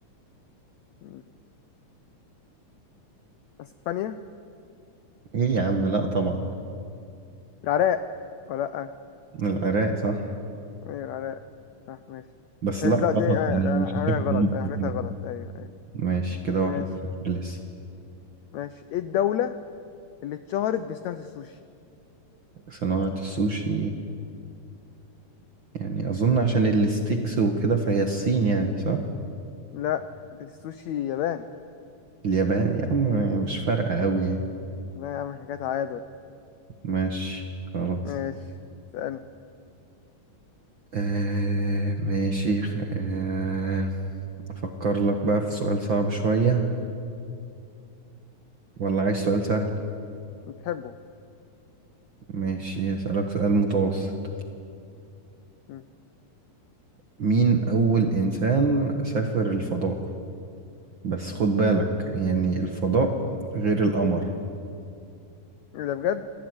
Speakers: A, on the left; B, on the right.
A: م. اسبانيا
B: ايه يا عم لا طبعا
A: العراق ولا لا
B: العراق صح
A: ايوه العراق صح ماشي
B: بس
A: بس
B: لا غلط
A: ده- دي آه،
B: يعني مش
A: انا عاملها
B: هتاخد النقطة
A: غلط انا عملتها
B: كده
A: غلط ايوه ايوه
B: ماشي كده واحد
A: ماشي
B: صفر لسه
A: ماشي ايه الدولة اللي اتشهرت بصناعة السوشي
B: صناعة السوشي يعني أظن عشان الستيكس وكده فهي الصين يعني صح
A: لا السوشي ياباني
B: اليابان يا عم مش فارقة أوي يعني
A: لا يا عم احنا كده تعادل
B: ماشي خلاص
A: ماشي سألني
B: آه ماشي خ- آه أفكر لك بقى في سؤال صعب شوية ولا عايز سؤال سهل
A: بتحبه
B: ماشي أسألك سؤال متوسط
A: م.
B: مين أول إنسان سافر الفضاء بس خد بالك يعني الفضاء غير القمر
A: ايه ده بجد